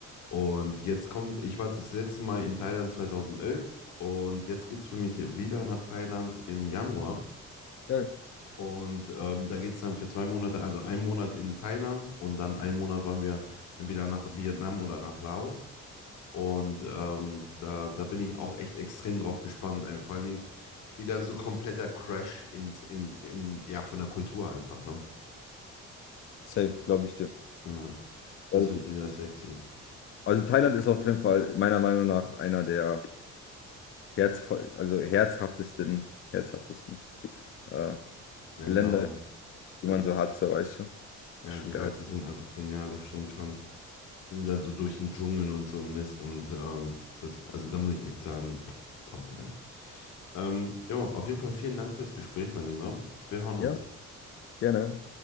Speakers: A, on the left; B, on the left.
A: Und jetzt kommt, ich war das letzte Mal in Thailand 2011 und jetzt geht es für mich wieder nach Thailand im Januar.
B: ja,
A: Und ähm, da geht es dann für zwei Monate, also einen Monat in Thailand und dann einen Monat wollen wir entweder nach Vietnam oder nach Laos. Und ähm, da, da bin ich auch echt extrem drauf gespannt. Äh, vor allen Dingen wieder so kompletter Crash in, in, in, ja, von der Kultur einfach, ne?
B: safe, glaube ich dir.
A: Ja,
B: Glaub
A: das wird
B: ich dir.
A: wieder sexy.
B: Also Thailand ist auf jeden Fall meiner Meinung nach einer der herzvoll, also herzhaftesten, herzhaftesten äh,
A: Länder,
B: Länder, die man so hat, so weißt du. Ist
A: ja,
B: schon
A: die
B: geil.
A: Leute sind einfach genial, das stimmt schon. Die sind da so durch den Dschungel und so ein Mist und ähm, das, also da muss ich echt sagen, top, ey. Ähm, jo, auf jeden Fall vielen Dank fürs Gespräch, mein Lieber. Wir hören uns.
B: Ja, gerne.